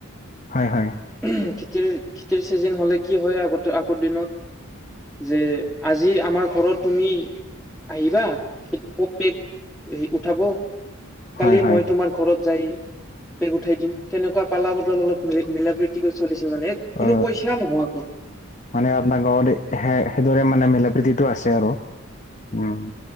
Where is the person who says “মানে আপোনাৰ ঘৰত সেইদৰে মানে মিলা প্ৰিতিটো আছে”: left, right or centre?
Left